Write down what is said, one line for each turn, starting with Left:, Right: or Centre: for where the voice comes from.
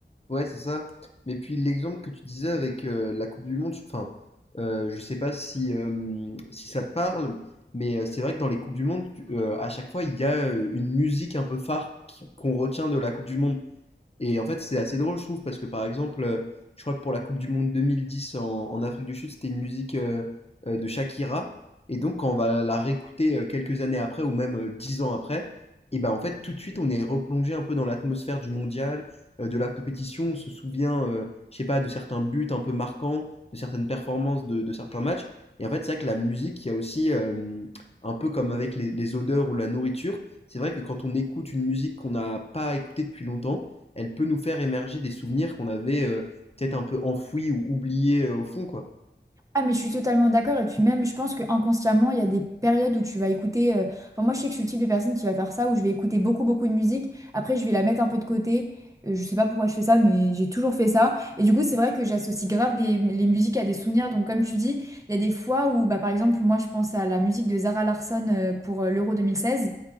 Left: Ouais, c'est ça. Mais puis, l'exemple que tu disais avec euh, la Coupe du Monde, je- enfin, euh, je sais pas si, euh, si ça te parle, mais euh, c'est vrai que dans les Coupes du Monde, tu- euh, à chaque fois, il y a euh, une musique un peu phare qui- qu'on retient de la Coupe du Monde. Et en fait, c'est assez drôle, je trouve, parce que par exemple, euh, je crois que pour la Coupe du Monde 2010 en, en Afrique du Sud, c'était une musique euh, euh, de Shakira. Et donc, quand on va la réécouter euh, quelques années après, ou même euh, dix ans après, et ben en fait, tout de suite, on est replongé un peu dans l'atmosphère du mondial, euh, de la compétition. On se souvient, euh, je sais pas, de certains buts un peu marquants, de certaines performances, de, de certains matchs. Et en fait, c'est vrai que la musique, il y a aussi, euh, un peu comme avec les les odeurs ou la nourriture, c'est vrai que quand on écoute une musique qu'on n'a pas écoutée depuis longtemps, elle peut nous faire émerger des souvenirs qu'on avait euh, peut-être un peu enfouis ou oubliés euh, au fond, quoi.
Right: Ah, mais je suis totalement d'accord. Et puis même, je pense que inconsciemment, il y a des périodes où tu vas écouter... euh, Enfin, moi, je sais que je suis le type de personne qui va faire ça, où je vais écouter beaucoup, beaucoup de musique. Après, je vais la mettre un peu de côté. Euh, je sais pas pourquoi je fais ça, mais j'ai toujours fait ça. Et du coup, c'est vrai que j'associe grave des- les musiques à des souvenirs. Donc, comme tu dis, il y a des fois où, bah, par exemple, moi, je pense à la musique de Zara Larsson euh, pour euh, l'Euro 2016.